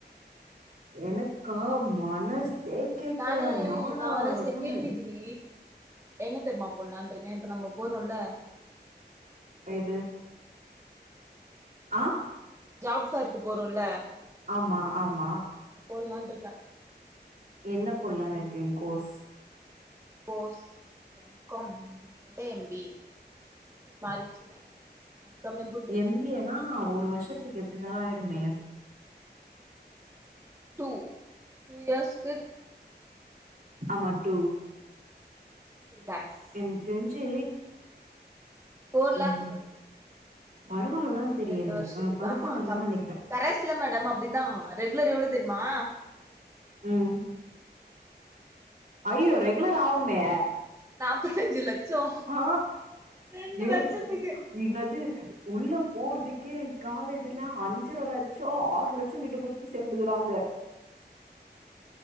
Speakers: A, on the right; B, on the right.
A: எனக்கா மனசே கேக்கல
B: நானே
A: நாடாதுன்னு
B: நா வேற செகண்ட் டிகிரி எங்க தெர்மா போலான் இருக்க இப்ப நம்பா போறோல்ல
A: எது ஆ
B: ஜாப் சார்க்கு போறோல்ல
A: ஆம்மா ஆம்மா
B: போல்லான்ட்டு இருக்க
A: என்ன போல்லான்னு இருக்க கோர்ஸ்
B: கோர்ஸ் எம் காம் எ ம் ஏ மாரிச்சின கம்மியா குடுத்
A: எம் பி ஏ னா ஒரு வருஷத்துக்கு எப்டிந்தாலு ஆயிடுமே
B: டூ டூ இயர்ஸ்க்கு
A: ஆமா டூ
B: தேங்ஸ்
A: எனக் தெரிஞ்சி
B: ஃபோர்
A: ம்
B: லேக்ஸ் வருது
A: வருவாங்கதா தெரியலப்பா
B: ரெண்டு வருஷத்துக்கு
A: பருப்பாணோ
B: ஆமா கம்
A: தா நெனைக்ற
B: கரஸ்ல மேடம் அப்டிதா ரெகுலர் எவ்ளோ தெரிமா
A: ம் ஐயோ ரெகுலர் ஆவுமே
B: நாப்பத்தஞ்சு லட்சோ
A: ஆ
B: ரெண்டு
A: ஏ
B: வருசத்துக்கு
A: என்னது உள்ள போற்துகே காலேஜ்ல அஞ்சர லட்சோ ஆறு லட்சோ கிட்ட குத்துடு சேந்துக்றாங்க